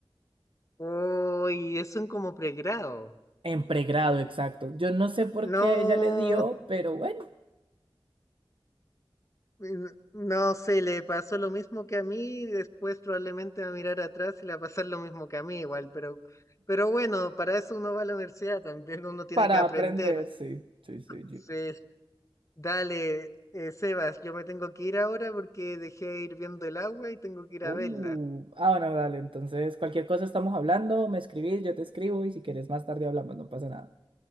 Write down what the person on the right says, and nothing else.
En pregrado, exacto. Yo no sé por
qué ella le dio, pero bueno,
para
aprender, sí. Sí, sí, sí.
Uh,
ah, bueno, dale. Entonces, cualquier cosa estamos hablando, me escribís, yo te escribo y si quieres más tarde hablamos, no pasa nada.